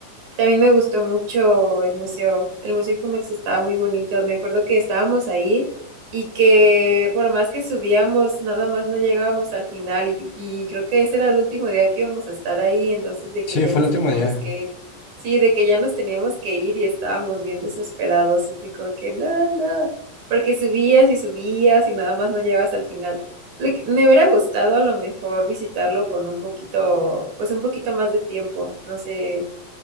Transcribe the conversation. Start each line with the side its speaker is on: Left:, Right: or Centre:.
Right: También me gustó mucho el museo. El Museo Jumex estaba muy bonito. Me acuerdo que estábamos ahí y que por más que subíamos, nada más no llegábamos al final. Y, y creo que ese era el último día que íbamos a estar ahí. Entonces, de que
Left: Sí,
Right: ya
Left: fue
Right: nos
Left: el último
Right: teníamos
Left: día.
Right: que ir. Sí, de que ya nos teníamos que ir y estábamos bien desesperados. Y fue como que, no, no. Porque subías y subías y nada más no llegabas al final. Lo que- me hubiera gustado a lo mejor visitarlo con un poquito, pues un poquito más de tiempo. No sé.